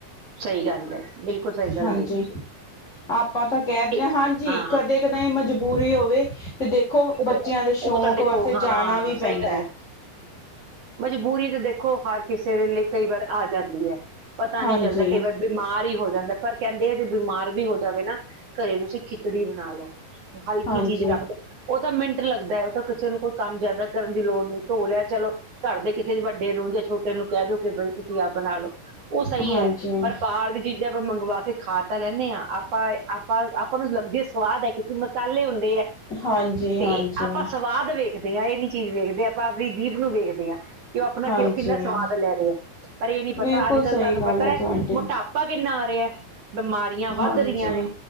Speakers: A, on the right; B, on the left.
A: ਸਹੀ ਗੱਲ ਹੈ, ਬਿਲਕੁਲ ਸਹੀ ਗੱਲ
B: ਹਾਂਜੀ
A: ਕਹੀ ਤੁਸੀਂ।
B: ਆਪਾਂ ਤਾਂ ਕਹਿ
A: ਇੱਕ
B: ਹਾਂਜੀ,
A: ਹਾਂ
B: ਕਦੇ -ਕਦੇ ਮਜਬੂਰੀ ਹੋਵੇ ਤੇ ਦੇਖੋ, ਬੱਚਿਆਂ
A: ਉਹ
B: ਦੇ ਸ਼ੌਂਕ
A: ਉਹ ਤਾਂ ਦੇਖੋ
B: ਵਾਸਤੇ
A: ਹਾਂ
B: ਜਾਣਾ ਵੀ ਪੈਂਦਾ
A: ਸਹੀ ਗੱਲ
B: ਹੈ।
A: ਮਜਬੂਰੀ ਤੇ ਦੇਖੋ ਹਰ ਕਿਸੇ ਦੇ ਲਈ, ਕਈ ਵਾਰ ਆ ਜਾਂਦੀ ਹੈ। ਪਤਾ
B: ਹਾਂਜੀ
A: ਨੀ ਬਿਮਾਰ ਹੀ ਹੋ ਜਾਂਦਾ, ਪਰ ਕਹਿੰਦੇ ਆ ਜੇ ਬਿਮਾਰ ਵੀ ਹੋ ਜਾਵੇ ਨਾ ਘਰੇ ਤੁਸੀਂ ਖਿਚੜੀ ਬਣਾ ਲਓ ਹਲਕੀ
B: ਹਾਂਜੀ
A: ਚੀਜ਼ ਰੱਖਦਾ, ਉਹ ਤਾਂ ਮਿੰਟ ਲੱਗਦਾ ਹੈ ਉਹ ਤਾਂ ਕਿਸੇ ਨੂੰ ਕੋਈ ਕੰਮ ਜ਼ਿਆਦਾ ਕਰਨ ਦੀ ਲੋੜ ਨਹੀਂ। ਧੋ ਲਿਆ ਚਲੋ, ਘਰ ਦੇ ਕਿਸੇ ਵੱਡੇ ਨੂੰ ਜਾਂ ਛੋਟੇ ਨੂੰ ਕਹਿ ਦਓ ਕਿ ਬਾਈ ਤੁਸੀਂ ਆਪ ਬਣਾ ਲਓ। ਉਹ ਸਹੀ
B: ਹਾਂਜੀ
A: ਹੈ। ਬਾਰ ਦੀ ਚੀਜ਼ਾਂ ਆਪਾਂ ਮੰਗਵਾ ਕੇ ਖਾ ਤਾਂ ਲੈਂਦੇ ਹਾਂ ਆਪਾਂ ਆਪਾਂ, ਆਪਾਂ ਨੂੰ ਲੱਗਦੀ ਸਵਾਦ ਹੈ। ਕਿ ਮਸਾਲੇ ਹੁੰਦੇ ਆ,
B: ਹਾਂਜੀ
A: ਤੇ
B: ਹਾਂਜੀ
A: ਆਪਾਂ ਸਵਾਦ ਵੇਖਦੇ ਹਾਂ ਇਹ ਨੀ ਚੀਜ਼ ਵੇਖਦੇ ਆ ਆਪਣੀ ਜੀਭ ਨੂੰ ਵੇਖਦੇ ਹਾਂ, ਕਿ ਉਹ ਆਪਣਾ
B: ਹਾਂਜੀ
A: ਉਹ ਕਿੰਨਾ ਸਵਾਦ ਲੈ ਰਹੇ ਹੈ। ਪਰ ਇਹ ਨੀ ਪਤਾ,
B: ਬਿਲਕੁਲ
A: ਅੱਜ ਕੱਲ੍ਹ
B: ਸਹੀ
A: ਤੁਹਾਨੂੰ
B: ਗੱਲ
A: ਪਤਾ ਹੈ
B: ਤੁਹਾਡੀ
A: ਮੋਟਾਪਾ ਕਿੰਨਾ ਆ ਰਿਹਾ, ਬਿਮਾਰੀਆਂ ਵੱਧ
B: ਹਾਂਜੀ
A: ਰਹੀਆਂ ਨੇ